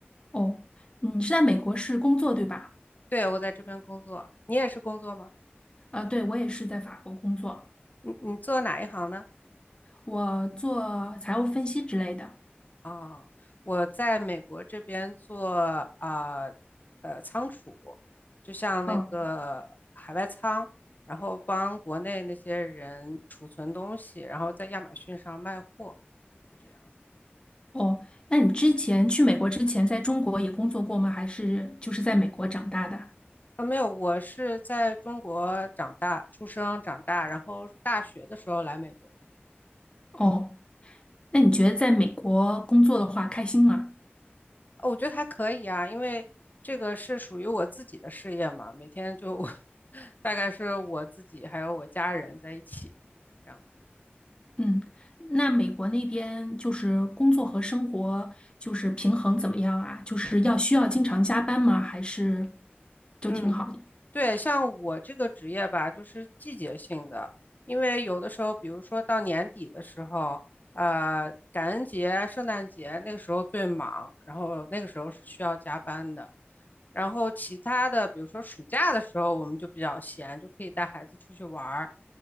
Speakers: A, on the left; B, on the left.
A: 哦，嗯你是在美国是工作对吧？
B: 对，我在这边工作，你也是工作吗？
A: 呃，对，我也是在法国工作，
B: 你你做哪一行呢？
A: 我做财务分析之类的。
B: 哦，我在美国这边做啊呃，仓储，就像那个海外仓，
A: 嗯，
B: 然后帮国内那些人储存东西，然后在亚马逊上卖货，就这样。
A: 哦，那你之前去美国之前在中国也工作过吗？还是就是在美国长大的？
B: 啊，没有，我是在中国长大、出生、长大，然后大学的时候来美国这边。
A: 哦，那你觉得在美国工作的话开心吗？
B: 哦我觉得还可以啊，因为这个是属于我自己的事业嘛，每天就 <laughs> 大概是我自己还有我家人在一起，这样。
A: 嗯，那美国那边就是工作和生活就是平衡怎么样啊？就是要需要经常加班吗？还是就挺好的？
B: 嗯。对，像我这个职业吧，就是季节性的，因为有的时候，比如说到年底的时候，呃，感恩节、圣诞节那个时候最忙，然后那个时候是需要加班的。然后其他的，比如说暑假的时候，我们就比较闲，就可以带孩子出去玩儿，